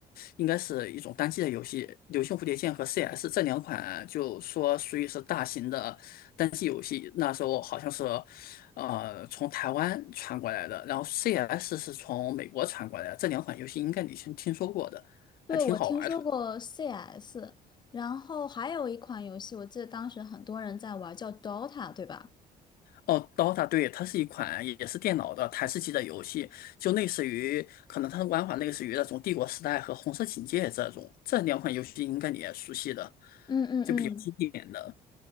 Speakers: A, on the left; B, on the left.
A: 应该是一种单机的游戏，《流星蝴蝶剑》和 CS 这两款，就说属于是大型的单机游戏。那时候好像是。呃，从台湾传过来的，然后 CS 是从美国传过来的，这两款游戏应该你先听说过的，
B: 对，
A: 还挺好玩的。
B: 我听说过 CS，然后还有一款游戏，我记得当时很多人在玩儿叫 Dota，对吧？
A: 哦，Dota，对，它是一款也是电脑的台式机的游戏，就类似于，可能它的玩法类似于那种《帝国时代》和《红色警戒》这种，这两款游戏应该你也熟悉的，
B: 嗯嗯嗯
A: 就比较经典的。